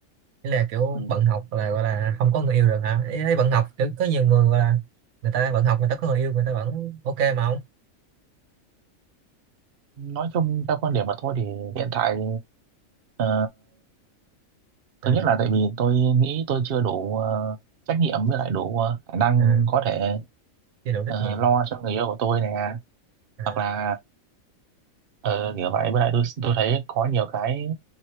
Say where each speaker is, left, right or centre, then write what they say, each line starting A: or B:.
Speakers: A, on the right (about 80°); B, on the right (about 50°).
A: Ý là kiểu
B: Ừ.
A: bận học là gọi là không có người yêu được hả? Ý thấy bận học kiểu có nhiều người gọi là người ta bận học người ta có người yêu người ta vẫn ok mà ông.
B: nói chung theo quan điểm của tôi thì hiện tại ờ,
A: À,
B: thứ nhất là tại vì tôi nghĩ tôi chưa đủ ờ, trách nhiệm với lại đủ ờ, khả năng
A: à,
B: có thể
A: chưa đủ trách
B: ờ,
A: nhiệm.
B: lo cho người yêu của tôi nè
A: À,
B: hoặc là ờ, kiểu vậy với lại tôi tôi thấy có nhiều cái